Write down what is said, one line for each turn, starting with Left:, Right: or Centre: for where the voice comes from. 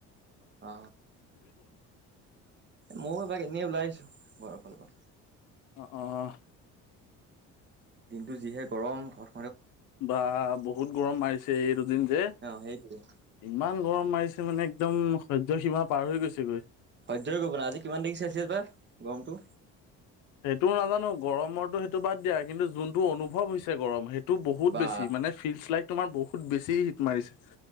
Right: অ মইও এপাক এনেই ওলাই আহিছো বৰ। ভালব <inaudible>
Left: অ অ অ।
Right: দিনটো যিহে গৰম সৎ
Left: বা বহুত গৰম মাৰিছে এই দুদিন যে,
Right: অ' সেইটোৱে
Left: ইমান গৰম মাৰিছে। মানে একদম সহ্য সীমা পাৰ হৈ গৈছেগৈ
Right: সহ্যই কৰিব ন আজি কিমান ডিগ্ৰী চেলচিয়াছ পাৰ গৰমতটো?
Left: সেইটোও নাজানো গৰমৰটো সেইটো বাদ দিয়া কিন্তু যোনটো অনুভৱ হৈছে গৰম সেইটো তটো বহুত
Right: বা
Left: বেছি মানে ফিল্ড চ্লাই তোমাৰ বহুত বেছি হিট মাৰিছে